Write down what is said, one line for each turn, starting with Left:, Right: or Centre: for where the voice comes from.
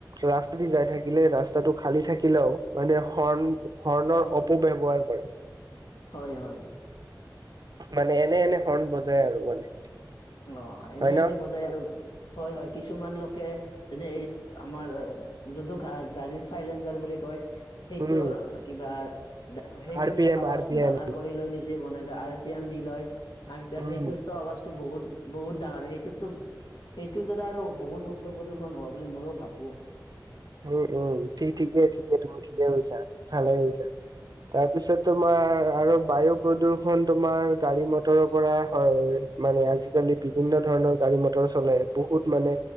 Right: ৰাস্তা দি যাই থাকিলে ৰাস্তাটো খালী থাকিলেও মানে হৰ্ণ হৰ্ণৰ
Left: অ
Right: অপব্যৱহাৰ কৰে।
Left: হয় হয়
Right: মানে এনে এনে হৰ্ণ বজাই আৰু মানে
Left: অ এনে
Right: হয় ন
Left: এনে বজাই আৰু হয় হয় কিছুমান লোকে যেনে এই আমাৰ যোনটো গা গাড়ীৰ চাইলেঞ্চাৰ বুলি কয় সেইটোৰ
Right: উম
Left: কিবা সেইটোৰ
Right: আৰ পি এম
Left: আৱাজটো
Right: আৰ পি
Left: ডাঙৰ
Right: এম
Left: কৰি লৈ নিজ বনাই লয় আৰ পি এম দি লয় আৰ পি এম
Right: উম
Left: সেইটো আৱাজটো বহুত বহুত ডাঙৰ হয় এইেইটোতো সেইটোৰ দ্বাৰা আৰু বহুত শব্দ প্ৰদূশন হোৱা বুলি মইও ভাবো
Right: উম উম ঠিকেই ঠিকে তুমি ঠিকে গছা ভালে গছা তাৰপিছত তোমাৰ আৰু বায়ু প্ৰদূৰ্ষন তোমাৰ গাড়ী মটৰৰ পৰা হয় মানে আজিকালি বিভিন্ন ধৰণৰ গাড়ী, মটৰ চলাই বহুত মানে